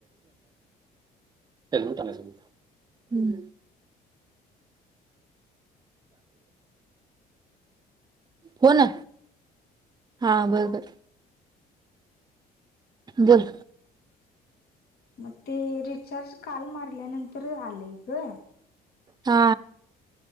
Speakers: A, on the right; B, on the left.
A: त्याला नाही सांगायचं, हं. हो ना हा बंरबंर बर
B: मग ते रिचार्ज काल मारल्यानंतर आलंय ग.
A: हा